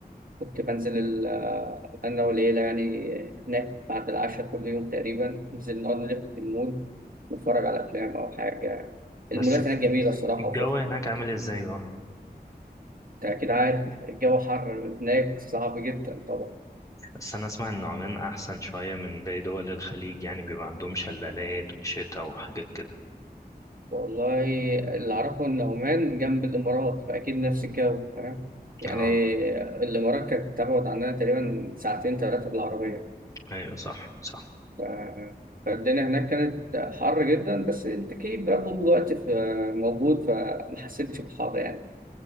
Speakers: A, on the right; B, on the left.
A: كنت بنزل ال- آه، أنا والعيلة يعني هناك بعد العشاء كل يوم تقريبا ننزل نقعد نلف في المول نتفرج على أفلام أو حاجة المولات
B: بس
A: هناك جميلة الصراحة
B: الجو
A: وفخم
B: هناك عامل ازاي بقى؟
A: أنت أكيد عارف الجو حر هناك صعب جدا طبعا
B: بس أنا أسمع إن عمان أحسن شوية من باقي دول الخليج يعني بيبقى عندهم شلالات وشتا وحاجات كده
A: والله اللي أعرفه إن عمان جنب الإمارات فأكيد نفس الجو فاهم يعني
B: اه
A: الإمارات كانت تبعد عننا تقريبا ساعتين ثلاثة بالعربية
B: ايوه صح صح
A: ف- فالدنيا هناك كانت حر جدا بس التكييف بقى طول الوقت في موجود فما حسيتش بالحر يعني